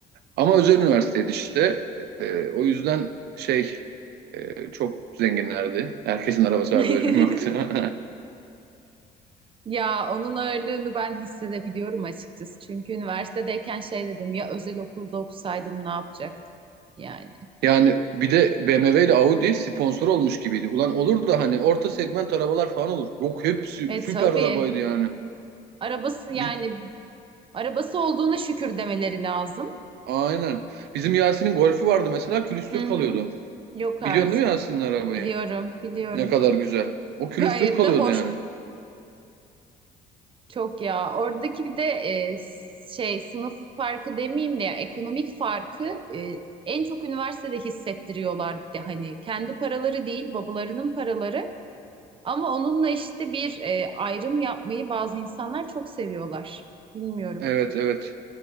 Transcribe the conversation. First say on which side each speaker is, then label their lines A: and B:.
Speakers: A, on the right (about 75°); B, on the right (about 30°).
A: Ama özel üniversiteydi işte. Ee, o yüzden şey e, çok zenginlerdi. Herkesin arabası
B: <laughs>
A: vardı benim yoktu. <laughs>
B: Ya onun ağırlığını ben hissedebiliyorum açıkçası. Çünkü üniversitedeyken şey dedim ya özel okulda okusaydım ne yapacaktım yani.
A: Yani bir de BMW ile Audi sponsor olmuş gibiydi. Ulan olur da hani orta segment arabalar falan olur. Yok hepsi
B: E
A: süper
B: tabii.
A: arabaydı yani.
B: Arabası yani
A: Bi-
B: Arabası olduğuna şükür demeleri lazım.
A: aynen. Bizim Yasin'in Golf'ü vardı mesela külüstür
B: Hı hı.
A: kalıyordu.
B: Yok artık.
A: Biliyorsun değil mi Yasin'in arabayı?
B: Biliyorum, biliyorum.
A: Ne kadar güzel. O külüstür
B: Gayet
A: kalıyordu
B: de hoş.
A: yani.
B: Çok ya. Oradaki bir de e, şey sınıf farkı demeyeyim de ya, ekonomik farkı e, en çok üniversitede hissettiriyorlar bir de hani kendi paraları değil babalarının paraları ama onunla işte bir e, ayrım yapmayı bazı insanlar çok seviyorlar. Bilmiyorum.
A: Evet evet.